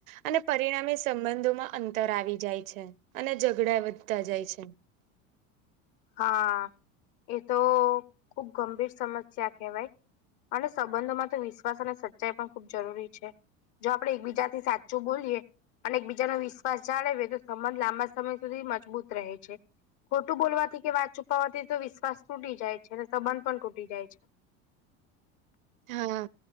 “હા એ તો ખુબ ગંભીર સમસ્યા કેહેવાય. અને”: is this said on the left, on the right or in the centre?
Left